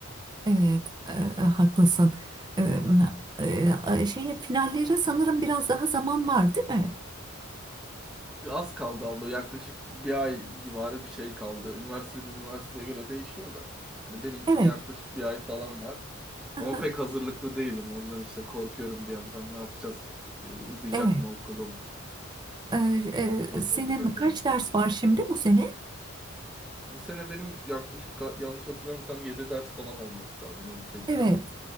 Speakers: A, on the right; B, in the centre.
A: Evet, e, e, haklısın. E, e, e, şeye finallere sanırım biraz daha zaman var değil mi?
B: Az kaldı abla. Yaklaşık bir ay civarı bir şey kaldı. Üniversiteden üniversiteye göre değişiyor da. Hani benimkine
A: Evet.
B: yaklaşık bir ay falan var. Ama
A: aha,
B: pek hazırlıklı değilim. Ondan işte korkuyorum bir yandan. Ne yapacağız? Ee, Uzayacak
A: Evet.
B: mı okulum?
A: E, e,
B: Nasıl
A: senin
B: halledebilirim?
A: kaç ders var şimdi bu sene?
B: Bu sene benim yaklaşık ka- yanlış hatırlamıyorsam 7 ders falan olması lazım. yedi sekiz
A: Evet.
B: ders.